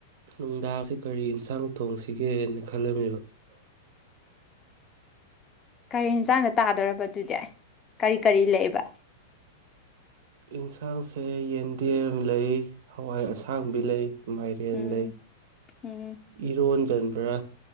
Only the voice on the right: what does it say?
ꯅꯨꯡꯗꯥꯁꯦ ꯀꯔꯤ ꯏꯟꯁꯥꯡ ꯊꯣꯡꯁꯤꯒꯦꯅꯦ ꯈꯜꯂꯝꯃꯤꯕ
ꯏꯟꯁꯥꯡꯁꯦ ꯌꯦꯟꯗꯦꯝ ꯂꯩ ꯍꯋꯥꯏ ꯑꯁꯥꯡꯕꯤ ꯂꯩ ꯃꯥꯏꯔꯦꯟ
ꯂꯩ
ꯏꯔꯣꯟꯖꯟꯕ꯭ꯔꯥ